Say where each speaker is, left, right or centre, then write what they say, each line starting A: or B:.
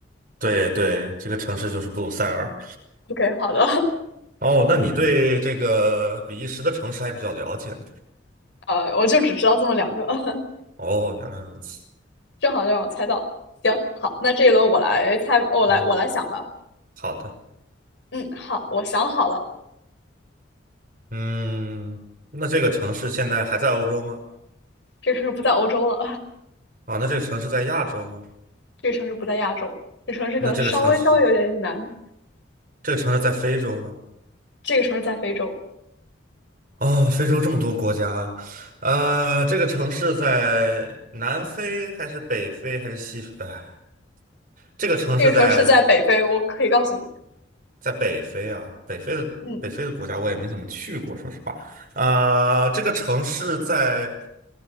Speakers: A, on the right; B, on the left.
A: 对对，这个城市就是布鲁塞尔。
B: ？OK，好的，
A: 哦，那你对这个比利时的城市还比较了解呢。
B: <laughs> 呃，我就只知道这么两个，<laughs>
A: 哦，原来如此。
B: 正好就让我猜到了。行，好，那这一轮我来猜，我来我来想吧。
A: 嗯，好的，
B: 嗯，好，我想好了，
A: 嗯，那这个城市现在还在欧洲吗？
B: 这个城市不在欧洲了，
A: 啊，那这个城市在亚洲吗？
B: <laughs> 这个城市不在亚洲，这个城市可能稍微稍微有点难，
A: 那这个城市，这个城市在非洲吗？
B: 这个城市在非洲，
A: 哦，非洲这么多国家啊，呃，这个城市在南非还是北非还是西非？哎，这个城市在
B: 这个城市在北非，我可以告诉你。
A: 在北非啊，北非的北非的国家我也没怎么去过，
B: 嗯，
A: 说实话。啊，这个城市在